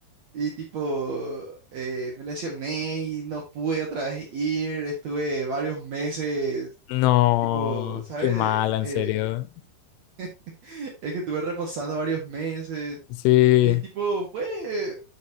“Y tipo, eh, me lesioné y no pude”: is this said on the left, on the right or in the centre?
Right